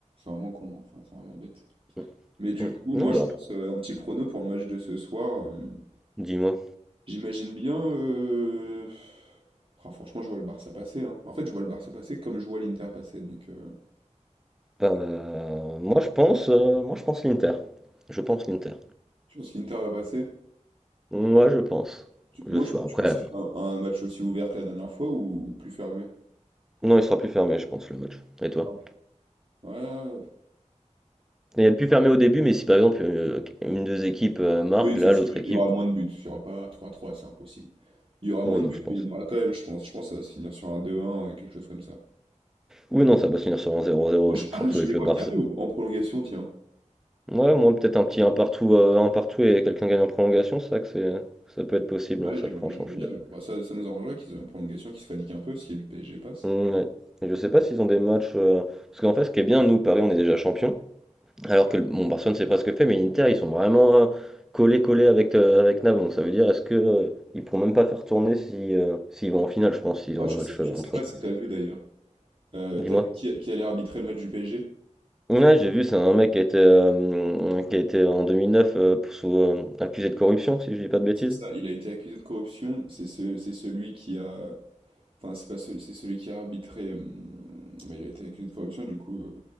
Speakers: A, on the right; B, in the centre.
A: vraiment con, hein. Enfin, ils sont vraiment bêtes.
B: mm,
A: Mais du
B: mm.
A: coup,
B: Non,
A: moi,
B: bah,
A: je pense euh, un petit prono pour le match de ce soir. euh,
B: dis-moi.
A: j'imagine bien. euh, ah, franchement, je vois le Barça passer. hein. En fait, je vois le Barça passer comme je vois l'Inter passer. Donc, euh,
B: Euh, moi je pense, euh, moi je pense l'Inter. Je pense l'Inter.
A: tu penses que l'Inter va passer?
B: Moi je pense.
A: Tu- Moi,
B: Le soir.
A: je, tu
B: Après,
A: penses que
B: euh,
A: c'est un, un match aussi ouvert que la dernière fois ou plus fermé?
B: non, il sera plus fermé, je pense, le match. Et
A: Plus
B: toi?
A: fermé. Ouais,
B: Il est plus fermé au début, mais si par exemple euh, une des équipes euh, marque,
A: oui, c'est
B: là
A: sûr.
B: l'autre équipe.
A: Il y aura moins de buts. Il n'y aura pas 3 trois c'est impossible. Il y aura moins
B: Oui,
A: de
B: non,
A: buts,
B: je pense.
A: mais il y en aura quand même, je pense. Je pense que ça va se finir sur un deux un euh, quelque chose comme ça.
B: Oui, non, ça va se finir sur un zéro zéro,
A: Moi, je- Ah,
B: surtout
A: je
B: avec
A: les vois
B: le Barça.
A: bien, Léo. En prolongation, tiens.
B: Ouais, moi peut-être un petit un partout, euh, un partout et quelqu'un gagne en prolongation, c'est ça que c'est, ça peut être possible,
A: Ouais,
B: hein,
A: je
B: ça
A: les vois,
B: franchement,
A: je les vois
B: je
A: bien,
B: suis d'accord.
A: Léo. Bah, ça, ça nous arrangerait qu'ils aient une prolongation qui se fatigue un peu si le PSG passe.
B: Ouais. Et je sais pas s'ils ont des matchs, euh, parce qu'en fait, ce qui est bien, nous Paris, on est déjà champion. Alors que le- bon, Barcelone c'est pas ce que fait, mais l'Inter ils sont vraiment euh, collés collés avec euh, avec Naples. Donc ça veut dire est-ce que euh, ils pourront même pas faire tourner si euh, s'ils vont en finale, je pense, s'ils
A: Ah,
B: ont
A: je
B: un match
A: sais, je
B: euh,
A: sais
B: entre
A: pas
B: temps.
A: si T'as vu d'ailleurs. Euh,
B: Dis-moi.
A: t'as vu qui, qui allait arbitrer le match du PSG?
B: Ouais, j'ai vu, c'est un mec qui a été, euh, qui a été en 2009 euh, sous, euh, accusé de corruption, si je dis pas de bêtises.
A: c'est ça. Il a été accusé de corruption. C'est ce, c'est celui qui a. Enfin, c'est pas celui, c'est celui qui a arbitré. hum, bah, il a été accusé de corruption, du coup. euh,